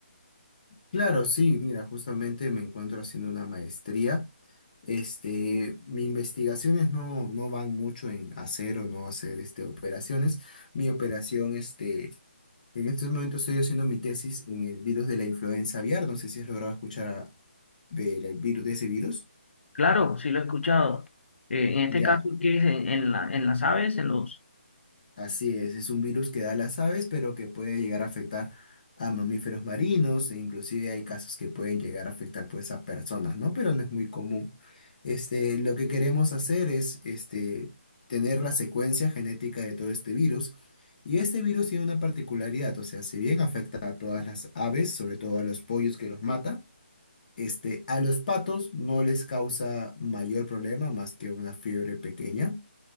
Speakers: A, on the left; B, on the left.
A: Claro, sí, mira, justamente me encuentro haciendo una maestría. Este, mis investigaciones no, no van mucho en hacer o no hacer este, operaciones. Mi operación, este, en estos momentos estoy haciendo mi tesis en el virus de la influenza aviar. No sé si has logrado escuchar a- del virus, de ese virus.
B: Claro, sí lo he escuchado. Eh, en este
A: Ya,
B: caso, ¿qué es? ¿En, en la- en las aves, en los...
A: Así es, es un virus que da a las aves, pero que puede llegar a afectar a mamíferos marinos e inclusive hay casos que pueden llegar a afectar pues a personas, ¿no? Pero no es muy común. Este, lo que queremos hacer es este, tener la secuencia genética de todo este virus y este virus tiene una particularidad, o sea, si bien afecta a todas las aves, sobre todo a los pollos que los mata, este, a los patos no les causa mayor problema más que una fiebre pequeña.